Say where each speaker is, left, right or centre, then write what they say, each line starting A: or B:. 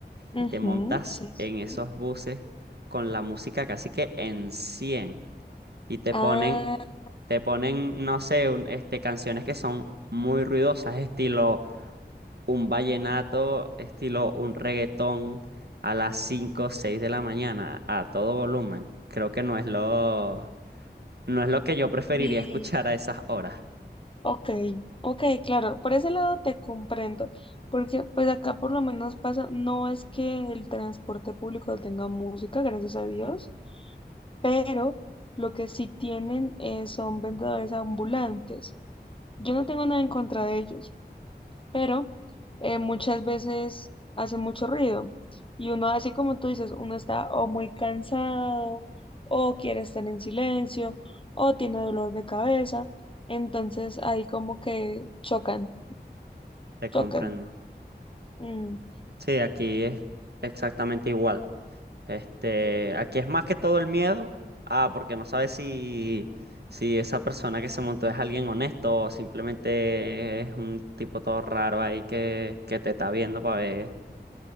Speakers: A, on the left (about 30°); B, on the right (about 70°).
A: Ujú,
B: y te montas
A: sí, sí.
B: en esos buses con la música casi que en 100 y te
A: Ah,
B: ponen, te ponen, no sé, un- este, canciones que son muy ruidosas, estilo un vallenato, estilo un reggaetón a las cinco o 6 de la mañana a todo volumen. Creo que no es lo, no es lo que yo preferiría
A: y...
B: <laughs> escuchar a esas horas.
A: Ok, ok, claro. Por ese lado te comprendo. Porque pues acá por lo menos pasa, no es que el transporte público tenga música, gracias a Dios, pero lo que sí tienen eh, son vendedores ambulantes. Yo no tengo nada en contra de ellos. pero eh, muchas veces hace mucho ruido. Y uno, así como tú dices, uno está o muy cansado, o quiere estar en silencio, o tiene dolor de cabeza. Entonces ahí como que chocan,
B: Te comprendo.
A: chocan. Mm.
B: Sí, aquí es exactamente igual. Este, aquí es más que todo el miedo. Ah, porque no sabes si, si esa persona que se montó es alguien honesto o simplemente es un tipo todo raro ahí que, que te está viendo para ver,